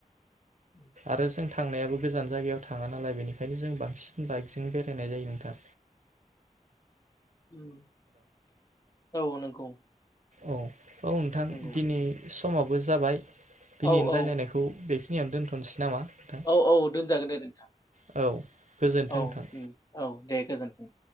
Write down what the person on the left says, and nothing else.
उम
उम औ नंगौ
नंगौ
औ औ
औ औ दोनजागोन दे नोंथां।
औ
उम औ दे गोजोनथों।